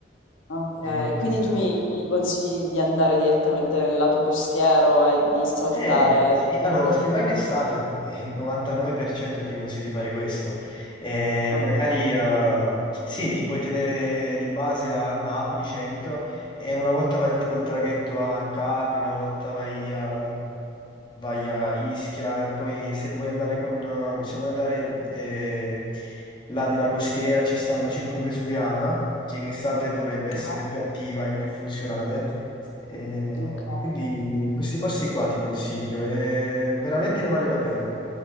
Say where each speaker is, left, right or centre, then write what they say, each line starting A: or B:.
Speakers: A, on the left (about 85°); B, on the left (about 25°).
A: Ok,
B: Eh,
A: quindi tu mi, mi consigli di andare direttamente nel lato costiero e di saltare
B: Eh, sì,
A: tutto.
B: allora, se vai in estate, eh, il 99% ti consiglio di fare questo. Eh,
A: Ok,
B: magari, eh, sì, ti puoi tenere di base a Napoli centro e una volta vai col traghetto a Capri, una volta vai a, vai a Ischia, e poi se vuoi andare con, eh, se vuoi andare, eh, là nella costiera ci sta una circumvesuviana, che in estate dovrebbe essere
A: Ah,
B: più attiva e più funzionale. E
A: ok.
B: quindi questi posti qua ti consiglio, e veramente ne vale la pena.